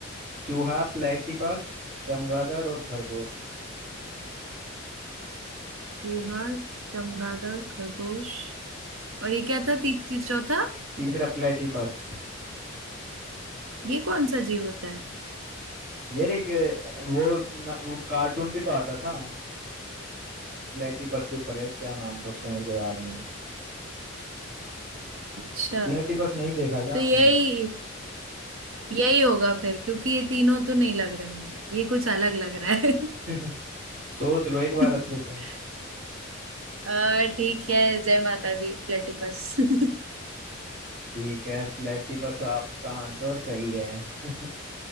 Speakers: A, on the right; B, on the right.
A: चूहा प्लेटिपस चमगादड़ और खरगोश
B: चूहा चमगादड़ खरगोश और ये क्या था ती- ती- चौथा
A: तीसरा प्लेटिपस
B: ये कौन सा जीव होता है
A: यार एक अ, वो न, वो कार्टून भी तो आता था प्लेटिपस के ऊपर है क्या नाम था उसका मेरे को याद नहीं है
B: अच्छा
A: प्लेटिपस नहीं देखा क्या
B: तो
A: आपने
B: यही यही होगा फिर क्योंकि ये तीनों तो नहीं लग रहे मुझे ये कुछ अलग लग रहा है
A: <laughs> सोच लो एक बार
B: <laughs>
A: अच्छे से
B: अ, ठीक है जय माता दी प्लेटिपस <laughs>
A: ठीक है प्लेटिपस आपका आंसर सही है <laughs>